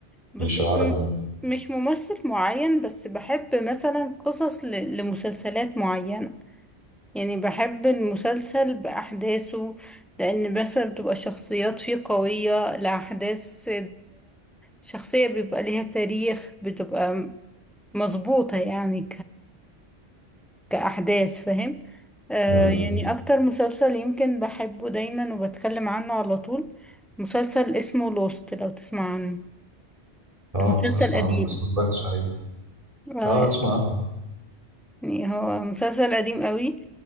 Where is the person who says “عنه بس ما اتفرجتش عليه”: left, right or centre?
Right